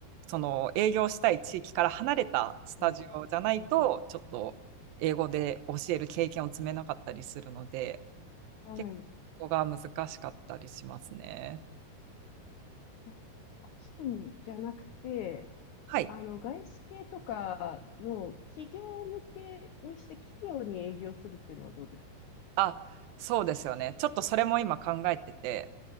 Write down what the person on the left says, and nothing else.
うん、うん。
はい。
いや、個人じゃなくて、
あの、外資系とかの企業向けにして企業に営業するっていうのはどうですか